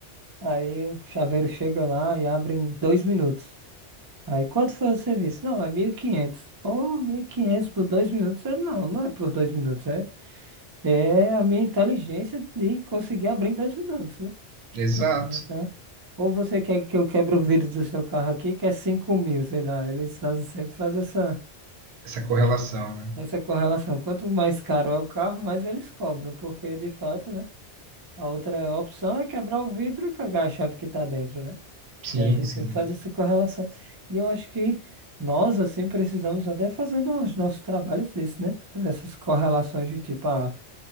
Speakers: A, on the right; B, on the right.
A: Aí o chaveiro chega lá e abre em dois minutos. Aí quanto foi o serviço? Não, é 1.500. Pô, 1.500 por dois minutos? Ele não, não é por dois minutos. É, é a minha inteligência de conseguir abrir em dois minutos, né?
B: Exato.
A: Então, ou você quer que eu quebre o vidro do seu carro aqui, que é cinco mil, sei lá. Eles fazem, sempre fazem essa,
B: Essa correlação, né?
A: essa correlação. Quanto mais caro é o carro, mais eles cobram, porque de fato, né? A outra opção é quebrar o vidro e pegar a chave que tá dentro, né?
B: Sim,
A: E aí ele
B: sim.
A: sempre faz essa correlação. E eu acho que nós, assim, precisamos até fazer nos nossos trabalhos isso, né? Fazer essas correlações de tipo, ah,